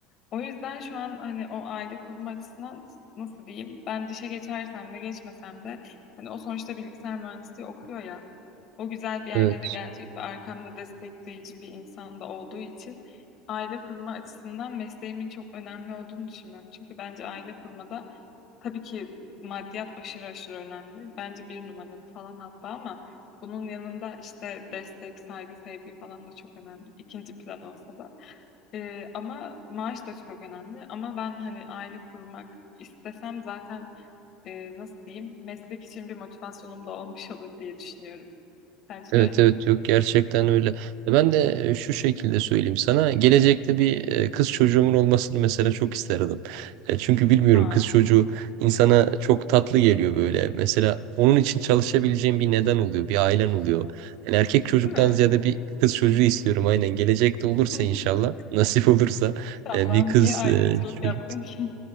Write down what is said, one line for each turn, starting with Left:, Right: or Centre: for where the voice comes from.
Left: O yüzden şu an hani o aile kurma açısından nasıl diyeyim? Ben dişe geçersem de geçmesem de hani o sonuçta bilgisayar mühendisliği okuyor ya. O güzel bir yerlere
Right: Evet.
Left: gelecek ve arkamda destekleyici bir insan da olduğu için aile kurma açısından mesleğimin çok önemli olduğunu düşünüyorum. Çünkü bence aile kurmada tabii ki maddiyat aşırı aşırı önemli. Bence bir numaralı falan hatta ama bunun yanında işte destek, saygı, sevgi falan da çok önemli. İkinci plan olsa da. Ee, ama maaş da çok önemli. Ama ben hani aile kurmak istesem zaten e, nasıl diyeyim meslek için bir motivasyonum da <laughs> olmuş olur diye düşünüyorum. Sence
Right: Evet
Left: de öyle
Right: evet
Left: değil mi?
Right: yok gerçekten öyle. E Ben de e, şu şekilde söyleyeyim sana. Gelecekte bir e, kız çocuğumun olmasını mesela çok isterdim. E, Çünkü bilmiyorum
Left: Aa,
Right: kız çocuğu insana çok tatlı geliyor böyle. Mesela onun için çalışabileceğim bir neden oluyor, bir ailen oluyor. Yani erkek çocuktan
Left: değil mi?
Right: ziyade bir kız çocuğu istiyorum aynen. Gelecekte olursa
Left: <laughs>
Right: inşallah <laughs> nasip olursa
Left: İnşallah.
Right: e, bir kız
Left: Niye ayrımcılık
Right: e, çocuğu.
Left: yaptın ki?